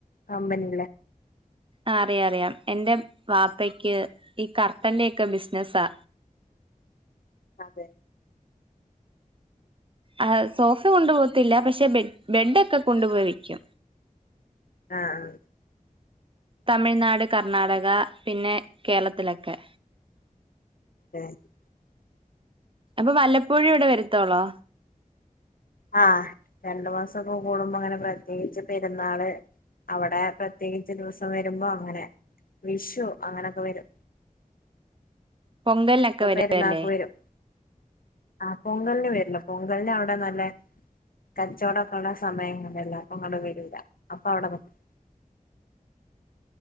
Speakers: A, on the left (about 80°); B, on the right (about 40°).
A: കമ്പനിയില്ലേ
B: ആ അറിയ അറിയാം. എൻ്റെ വാപ്പയ്ക്ക് ഈ കർട്ടന്റെ ഒക്കെ ബിസിനസാ.
A: അതെ.
B: ആ സോഫ കൊണ്ടുപോകത്തില്ല പക്ഷെ ബെ ബെഡൊക്കെ കൊണ്ടുപോയി വെക്കും.
A: ആഹ്
B: തമിഴ്നാട് കർണാടക പിന്നേ കേരളത്തിലൊക്കെ.
A: <unintelligible>
B: അപ്പൊ വല്ലപ്പോഴുവേ ഇവിടെ വരത്തൊള്ളൊ?
A: ആഹ് രണ്ടു മാസോക്കെ കൂടുമ്പോ അങ്ങനെ പ്രത്യേകിച്ച് പെരുന്നാള് അവിടെ പ്രത്യേകിച്ച് ദിവസം വരുമ്പോ അങ്ങനെ വിഷു അങ്ങനൊക്കെ വരും.
B: പൊങ്കലിനൊക്കെ
A: ഇപ്പൊ
B: വരുവല്ലേ.
A: പെരുന്നാക്ക് വരും ആഹ് പൊങ്കലിന് വരില്ല പൊങ്കലിന് അവിടെ നല്ല കച്ചവടോക്കെ ഒള്ള സമയങ്ങളല്ല പൊങ്കല് വരൂല്ല അപ്പൊ അവിടെ നിക്കും.